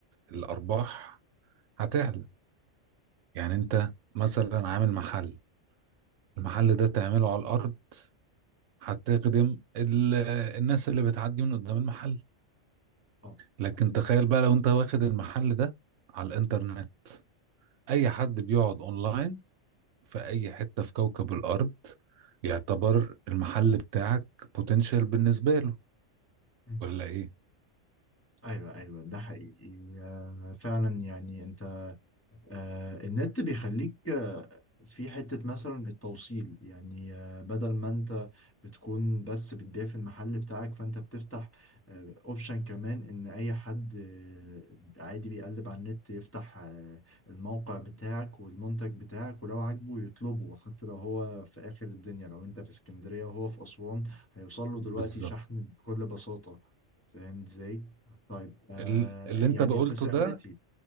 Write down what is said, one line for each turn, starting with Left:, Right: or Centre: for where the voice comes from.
Right: الأرباح هتعلى يعني أنت مثلا عامل محل المحل ده تعمله على الأرض هتخدم ال... الناس اللي بتعدي من قدام المحل
Left: اه
Right: لكن تخيل بقى لو انت واخد المحل ده على الانترنت اي حد بيقعد اونلاين في اي حتة في كوكب الارض يعتبر المحل بتاعك بوتنشال بالنسبة له
Left: مهم.
Right: ولا ايه
Left: ايوه ايوه ده حقيقي آه فعلا يعني انت آه، النت بيخليك آه، في حتة مثلا التوصيل يعني آه، بدل ما انت بتكون بس بتبيع في المحل بتاعك فانت بتفتح اوبشن كمان ان اي حد آه، عادي بيقلب على النت يفتح آه، الموقع بتاعك والمنتج بتاعك ولو عاجبه يطلبه حتى لو هو في اخر الدنيا لو انت في اسكندرية وهو في اسوان هيوصل له
Right: بالظبط
Left: دلوقتي شحن بكل بساطة فاهم ازاي؟ طيب آه
Right: ال- اللي
Left: يعني
Right: انت بقولته
Left: تساؤلاتي
Right: ده